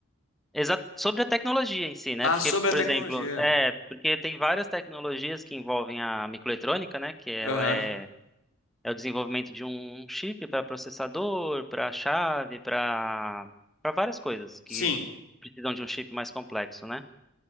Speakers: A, in the centre; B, on the left (about 80°).
A: Exa sobre a tecnologia em si, né?
B: Ah,
A: Porque,
B: sobre
A: por
B: a tecnologia.
A: exemplo, é, porque tem várias tecnologias que envolvem a microeletrônica, né? Que ela
B: Aham.
A: é, é o desenvolvimento de um chip para processador, para chave, para para várias coisas que
B: Sim,
A: precisam de um chip mais complexo, né?